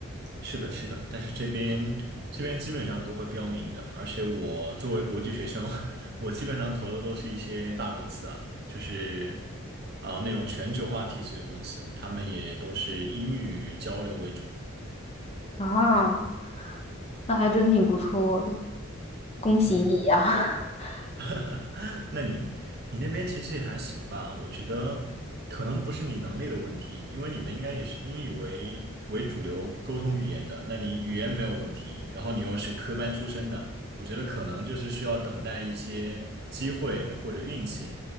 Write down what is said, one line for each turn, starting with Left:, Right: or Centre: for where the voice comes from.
Right: 是的，是的，但是这边这边基本上都会标明的，而且我作为国际学生，<laughs> 我基本上投的都是一些大公司啊，就是啊、那种全球化体系的公司，他们也都是英语交流为主。
Left: 啊，那还真挺不错的。恭喜你呀、
Right: 嗯。
Left: <laughs>
Right: <laughs> 那你你那边其实也还行吧，我觉得可能不是你能力的问题，因为你们应该也是英语为为主流沟通语言的，那你语言没有问题，然后你又是科班出身的，我觉得可能就是需要等待一些机会或者运气。